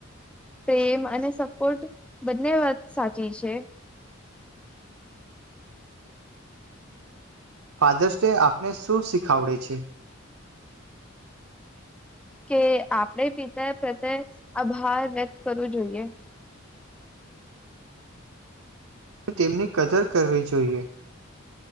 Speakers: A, in the centre; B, on the right (about 85°).
A: પ્રેમ અને સપોર્ટ બંને વાત સાચી છે
B: ફાધર્સ ડે આપને શું શીખાવડે છે
A: કે આપણેે પિતા પ્રત્યે આભાર વ્યક્ત કરવું જોઈએ
B: તેમની કદર કરવી જોઈએ